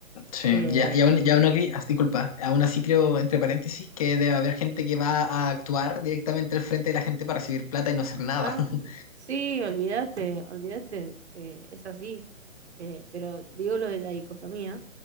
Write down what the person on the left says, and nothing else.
Sí,
ya, ya, aún, ya uno aquí, as- disculpa, aún así creo, entre paréntesis, que debe haber gente que va a actuar directamente al frente de la gente para recibir plata y no hacer nada.
<laughs>